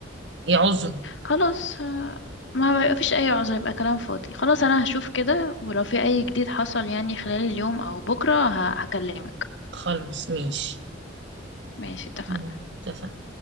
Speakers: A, on the right; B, on the left.
A: ايه عذره
B: خلاص آه، ما بيبقى فيش اي عذر يبقى كلام فاضي خلاص انا هشوف كده ولو في اي جديد حصل يعني خلال اليوم او بكره ه- هكلمك
A: خلاص ماشي
B: ماشي اتفقنا
A: مم، اتفقنا